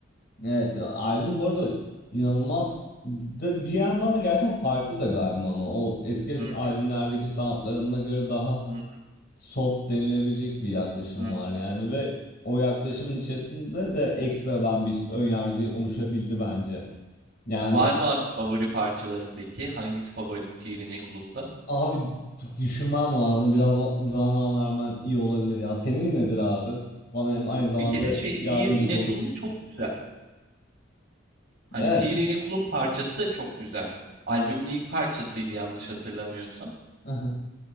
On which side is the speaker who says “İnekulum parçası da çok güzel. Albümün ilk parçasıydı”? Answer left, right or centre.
Right